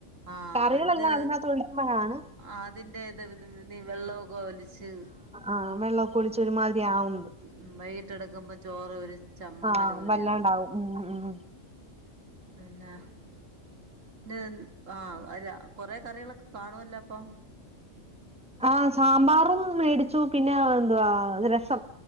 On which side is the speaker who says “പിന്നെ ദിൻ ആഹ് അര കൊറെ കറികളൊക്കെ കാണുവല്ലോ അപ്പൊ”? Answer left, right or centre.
Right